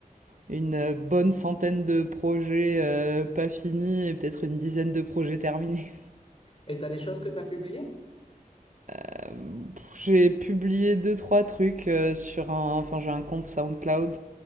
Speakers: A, on the right (about 60°); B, on the left (about 40°).
A: Une, euh, bonne centaine de projets, heu, pas finis et peut-être une dizaine de projets terminés.
B: Et tu as des choses que tu as publiées?
A: <laughs> Hem, j'ai publié deux trois trucs, heu, sur un enfin, j'ai un compte SoundCloud,